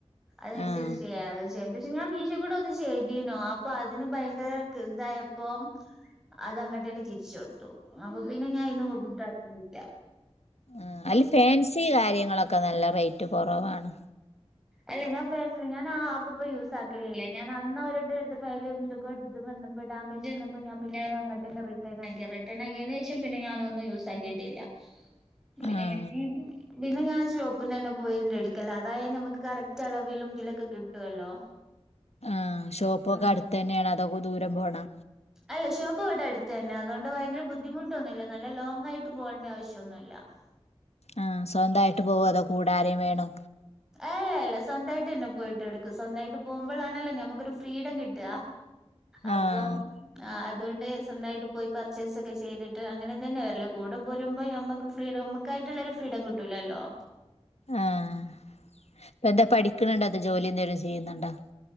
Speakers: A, in the centre; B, on the left.
A: അതനുസരിച്ചെയ്യ
B: ആഹ്
A: ചെയ്യാം പക്ഷെ ഞാൻ മീഷോ കൂടെ ഒന്ന് ചെയ്തീനു ആ പ്പ തിന് ഭയങ്കര തായപ്പം അതങ്ങട്ടെന്നെ തിര്ച്ചൊട്ത്തു അപ്പൊ പിന്നെ ഞാൻ ഇന്നും ഫുഡാക്കീല്ല
B: ആ അയ്ല് ഫാൻസി കാര്യങ്ങളൊക്കെ നല്ല റേറ്റ് കൊറവാണ്
A: അല്ലെ ഞാൻ ഫാൻസി ഞാനാ ആപ്പ് പ്പ യൂസാക്കലില്ല ഞാൻ അന്ന് ഒരട്ടെട്ത്ത് ഫയല് ന്തക്കോ ത് ന്ന്പ്പ ഡാമേജെന്നപ്പോ ഞാ പിന്നെ അഹ് അങ്ങട്ടെന്നെ റിട്ടേൺ ആക്ക്യാ റിട്ടേണയ്നേഷം പിന്നെ ഞാനൊന്നും യൂസ് ആക്കിയിട്ടില്ല പിന്നെങ്ങനെ
B: ആഹ്
A: പിന്നെ ഞാൻ ഷോപ്പ്ന്നെന്നെ പോയിണ്ട്ടുക്കല അതായ ഞമ്മക്ക് കറക്റ്റ് അളവിലും തിലൊക്കെ കിട്ടുവല്ലോ
B: ആ ഷോപ്പൊക്കെ
A: ഉം
B: അടുത്തെന്നേണോ അതൊ ദൂരം പോണോ
A: അല്ല ഷോപ്പ് വടെ അട്ത്തെന്നെ അതോണ്ട് ഭയങ്കര ബുദ്ധിമുട്ടൊന്നുല്ല നല്ല ലോങ്ങായിട്ട് പോവേണ്ട ആവശ്യന്നുല്ല <inaudible>
B: ആ സ്വന്തായിട്ട് പോവൊ അതോ കൂടാരേം വേണോ
A: ഏ അല്ല സ്വന്തായിട്ടെന്നെ പോയിട്ട് എടുക്കും സ്വന്തായിട്ട് പോവുമ്പളാണല്ലോ ഞമ്മക്കൊരു ഫ്രീഡം കിട്ട. അപ്പൊ
B: ആഹ്
A: ആ അ അതോണ്ട് സ്വന്തായിട്ട് പോയി പർച്ചേസൊക്കെ ചെയ്തിട്ട് അങ്ങനെ തന്നെ വര്ല് കൂടെ പോരുമ്പോ ഞമ്മക്ക് ഫ്രീഡം മ്മക്കാ റ്റ്ള്ളൊര് ഫ്രീഡം കിട്ടൂലല്ലോ
B: ആഹ് യ്യെന്താ പഠിക്ക്ണ് ണ്ടോ അതോ ജോലി ന്തേലും ചെയ്യ്ന്ന്ണ്ടോ?